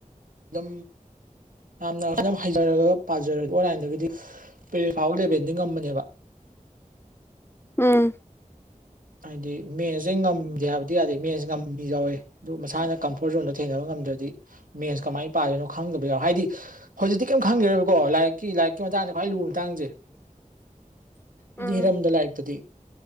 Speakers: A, on the right; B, on the left.
A: ꯎ ꯌꯥꯝꯅ ꯑꯗꯨꯅ ꯍꯩꯖꯔꯒ ꯄꯥꯖꯔ ꯑꯣꯟꯂꯥꯏꯟꯗꯒꯤꯗꯤ ꯐꯥꯎ ꯂꯩꯦꯕꯦꯟꯗꯤ ꯉꯝꯕꯅꯦꯕ
B: ꯎꯝ
A: ꯍꯥꯏꯗꯤ ꯃꯁꯦ ꯉꯝꯗꯦ ꯍꯥꯏꯕꯗꯤ ꯌꯥꯗꯦ ꯃꯦꯟꯁ ꯉꯝꯃꯤ ꯌꯥꯎꯋꯦ ꯑꯗꯨ ꯃꯁꯥꯅ ꯀꯝꯐꯣꯔꯠ ꯖꯣꯟꯗꯣ ꯊꯦꯡꯅꯕ ꯉꯝꯗ꯭ꯔꯗꯤ ꯃꯦꯟꯁ ꯀꯃꯥꯏꯅ ꯄꯥꯗꯣꯏꯅꯣ ꯈꯪꯗꯕ ꯌꯥꯎꯔꯦ ꯍꯥꯏꯗꯤ ꯍꯧꯖꯤꯛꯇꯤ ꯀꯩꯝ ꯈꯪꯗ꯭ꯔꯦꯕꯀꯣ ꯂꯥꯏꯔꯤꯛꯀꯤ ꯂꯥꯏꯔꯤꯛꯀꯤ ꯃꯇꯥꯡꯗ ꯈ꯭ꯋꯥꯏ ꯂꯨꯕ ꯃꯇꯥꯡꯁꯦ
B: <inaudible> ꯎꯝ
A: ꯑꯦꯅꯤ ꯍꯤꯔꯝꯗ ꯂꯥꯏꯔꯤꯛꯇꯗꯤ